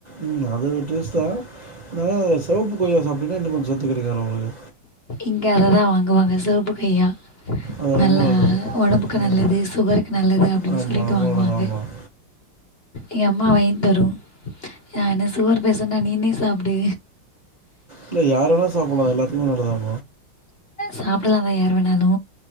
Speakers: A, on the right; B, on the left.
A: ம் அது டேஸ்ட் தா இருந்தாலு செவப்பு கொய்யா சாப்டிங்னா இன்னோ கொஞ்ஜோ சத்து கெடைக்கு உங்ளுக்கு
B: இங்க அதுதா வாங்குவாங்க செவப்பு கொய்யா
A: அது
B: நல்லா
A: ரொம்ப நல்லது
B: ஒடம்புக்கு
A: ம்
B: நல்லது சுகர்க்கு நல்லது அப்டின்னு
A: ஆமாம்
B: சொல்லிட்டு
A: ரொம்ப
B: வாங்குவாங்க
A: நல்லது ஆமாம்
B: எங்க அம்மா வாங்கி தரு நா என்ன சுகர் பேஸன்டா நீனே சாப்டு
A: இல்ல யாரு வேன சாப்புலா எல்லாதுகுமே நல்லதாம்
B: சாப்டதா வயறு நானு